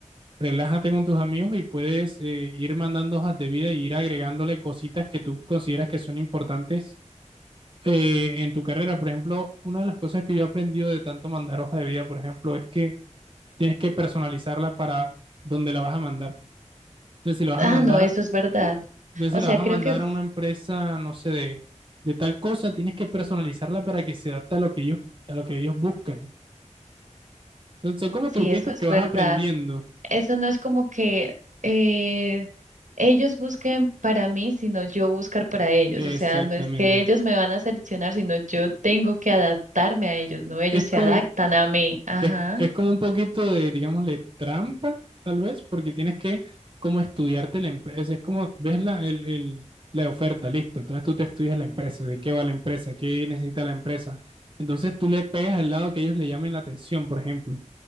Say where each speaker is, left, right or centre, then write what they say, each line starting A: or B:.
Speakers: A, on the right (about 40°); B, on the right (about 75°).
A: relájate con tus amigos y puedes eh, ir mandando hojas de vida y ir agregándole cositas que tú consideras que son importantes eh, en tu carrera. Por ejemplo, una de las cosas que yo he aprendido de tanto mandar hoja de vida, por ejemplo, es que tienes que personalizarla para donde la vas a mandar. Entonces, si la vas
B: Ah,
A: a mandar
B: no, eso es verdad.
A: entonces,
B: O
A: si la
B: sea,
A: vas a
B: creo
A: mandar
B: que
A: a una empresa, no sé, de, de tal cosa, tienes que personalizarla para que se adapte a lo que ellos, a lo que ellos buscan. Son, son como
B: sí,
A: truquitos
B: eso es
A: que vas
B: verdad.
A: aprendiendo.
B: Eso no es como que eh, ellos busquen para mí, sino yo buscar para ellos.
A: Exactamente.
B: O sea, no es que ellos me van a seleccionar, sino yo tengo que adaptarme a ellos, no ellos
A: Es
B: se
A: como,
B: adaptan a mí. Ajá.
A: es, es como un poquito de, digámosle, trampa, tal vez, porque tienes que como estudiarte la empresa. Es como, ves la, el, el- la oferta, listo. Entonces tú te estudias la empresa, de qué va la empresa, qué necesita la empresa. Entonces tú le pegas al lado que ellos le llamen la atención, por ejemplo.